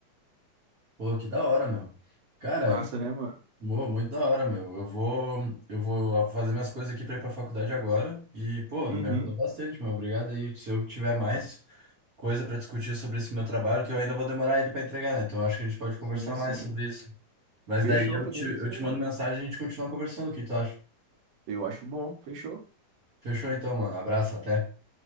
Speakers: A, on the right; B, on the right.
A: Pô, que da hora, meu. Cara,
B: Massa, né, mano?
A: mo- muito da hora, meu. Eu vou, eu vou fazer minhas coisas aqui pra ir pra faculdade agora. E, pô,
B: Uhum.
A: me ajudou bastante, meu. Obrigado aí. Se eu tiver mais coisa pra discutir sobre esse meu trabalho, que eu ainda vou demorar ele pra entregar, né? Então acho que a gente pode conversar
B: Sim, sim.
A: mais sobre isso. Mas
B: Fechou,
A: daí eu
B: podemos
A: te, eu
B: sim,
A: te
B: mano.
A: mando mensagem e a gente continua conversando. O que tu acha?
B: Eu acho bom. Fechou.
A: Fechou então, mano. Abraço, até.